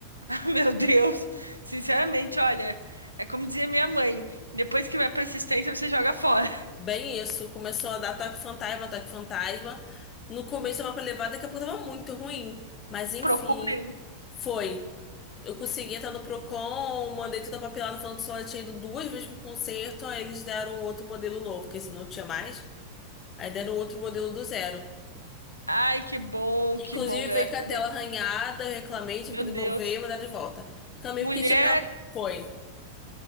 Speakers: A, on the right; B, on the left.
A: Ah, Meu Deus. Sinceramente, olha, é como dizia minha mãe: depois que vai pra assistência, você joga fora. <laughs>
B: Bem isso, começou a dar toque fantasma, toque fantasma. No começo eu tava pra levar, daqui a pouco tava muito ruim. Mas enfim,
A: Procura ele.
B: foi. Eu consegui entrar no Procon, mandei toda a papelada falando que só tinha ido duas vezes pro concerto, aí eles deram outro modelo novo, porque esse não tinha mais. Aí deram outro modelo do zero.
A: Ai, que bom,
B: Que
A: que
B: inclusive
A: bom, graças
B: veio com a
A: a
B: tela
A: Deus.
B: arranhada, eu reclamei, tive
A: Meu
B: que devolver
A: Deus.
B: e mandar de volta. Reclamei
A: Mulher,
B: porque tinha acabado. Foi.